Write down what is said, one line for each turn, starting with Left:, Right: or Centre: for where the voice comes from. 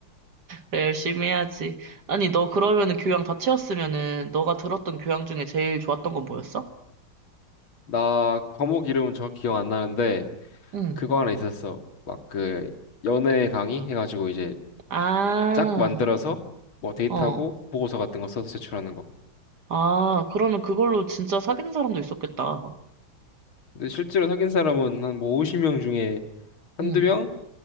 Right: 그래, 열심히 해야지. 아니, 너 그러면은 교양 다 채웠으면은 너가 들었던 교양 중에 제일 좋았던 건 뭐였어?
Left: 나 과목 이름은 정확히 기억 안 나는데,
Right: 응.
Left: 그거 하나 있었어. 막 그, 연애 강의 해가지고 이제
Right: 아,
Left: 쫙 만들어서 뭐 데이트하고
Right: 어.
Left: 보고서 같은 거 써서 제출하는 거.
Right: 아, 그러면 그걸로 진짜 사귀는 사람도 있었겠다.
Left: 근데 실제로 사귄 사람은 한 뭐 50명 중에 한두
Right: 응.
Left: 명